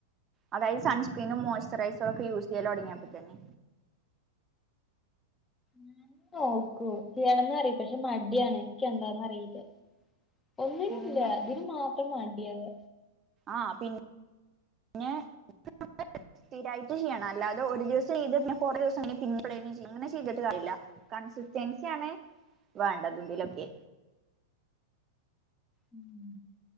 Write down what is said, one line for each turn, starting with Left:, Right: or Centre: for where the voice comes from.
Right: അതായെത് സൺസ്ക്രീനും മോയ്സ്ചറൈസറും ഒക്കെ യൂസ് ചെയ്യല് തൊടങ്ങിയപ്പോ തന്നെ.
Left: ഞാനും നോക്കും ചെയ്യണംന്ന് പറി പക്ഷെ മടിയാണ് ഇക്ക്യ് എന്താന്നറിയില്ല. ഒന്നിനുല്ല
Right: പിന്നെ
Left: ഇതിന് മാത്രം മാണ്ടിയെത്.
Right: ആഹ് പിന്നെ <unintelligible> സ്ഥിരായിട്ട് ചെയ്യണം അല്ലാതെ ഒരു ദിവസം ചെയ്ത് പിന്നെ കുറേ ദിവസം അങ്ങനെ പിന്നെ എപ്പളെങ്കി ചെയ്യ അങ്ങനെ ചെയ്തിട്ട് കാര്യല്ല. കൺസിസ്റ്റൻസിയാണ് വേണ്ടെത് ഇതിലൊക്കെ.
Left: ഉം.